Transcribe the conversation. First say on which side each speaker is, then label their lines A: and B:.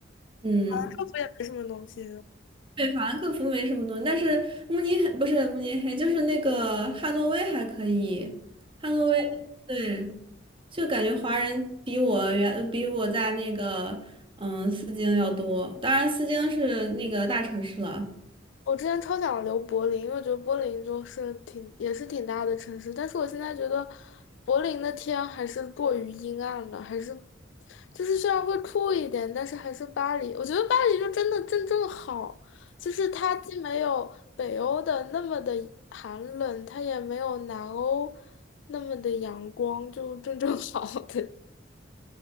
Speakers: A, on the right; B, on the left.
A: 嗯，
B: 兰克福也没什么东西，
A: 对，法兰克福没什么东西，但是慕尼黑不是慕尼黑，就是那个汉诺威还可以。汉诺威，对，就感觉华人比我原比我在那个嗯斯京要多，当然斯京是那个大城市了。
B: 我之前超想留柏林，因为我觉得柏林就是挺也是挺大的城市，但是我现在觉得柏林的天还是过于阴暗了，还是就是虽然会酷一点，但是还是巴黎。我觉得巴黎就真的正正好，就是它既没有北欧的那么的寒冷，它也没有南欧那么的阳光，就正正 <laughs> 好的。